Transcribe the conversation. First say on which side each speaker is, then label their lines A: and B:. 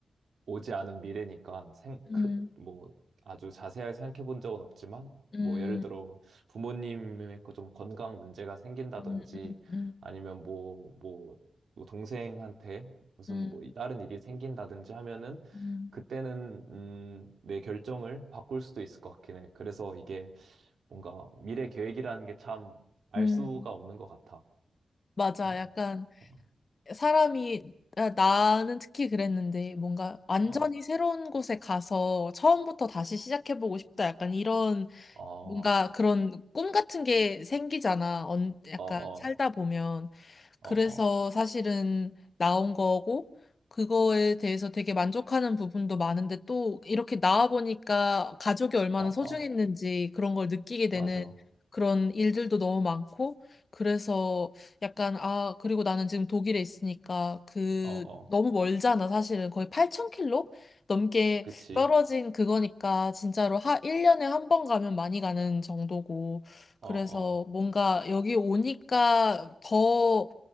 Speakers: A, on the right; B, on the left.
A: 오지 않은 미래니까 생, 크,
B: 음.
A: 뭐 아주 자세하게 생각해 본 적은 없지만
B: 음.
A: 뭐 예를 들어
B: 음.
A: 부모님의 그좀 건강 문제가 생긴다든지
B: 음. 음. 음.
A: 아니면 뭐, 뭐, 뭐 동생한테 무슨
B: 음.
A: 뭐 다른 일이 생긴다든지 하면은
B: 음,
A: 그때는 음, 내 결정을 바꿀 수도 있을 것 같긴 해. 그래서 이게 뭔가 미래 계획이라는 게 참 알
B: 음,
A: 수가 없는 것 같아.
B: 맞아.
A: 어,
B: 약간
A: 어,
B: 사람이 나- 나는 특히 그랬는데 뭔가 완전히
A: 어,
B: 새로운 곳에 가서 처음부터 다시 시작해보고 싶다. 약간 이런
A: 어,
B: 뭔가 그런 꿈 같은 게 생기잖아. 언, 약간
A: 어, 어,
B: 살다
A: 어,
B: 보면.
A: 어,
B: 그래서 사실은 나온 거고, 그거에 대해서 되게 만족하는 부분도 많은데 또 이렇게 나와 보니까 가족이 얼마나
A: 어, 어,
B: 소중했는지 그런 걸 느끼게 되는
A: 맞아.
B: 그런 일들도 너무 많고, 그래서 약간, 아, 그리고 나는 지금 독일에 있으니까 그
A: 어, 어,
B: 너무 멀잖아, 사실은. 거의 8천 킬로 넘게
A: 그치.
B: 떨어진 그거니까 진짜로 하 1년에 한 번 가면 많이 가는 정도고 그래서
A: 어, 어,
B: 뭔가 여기 오니까 더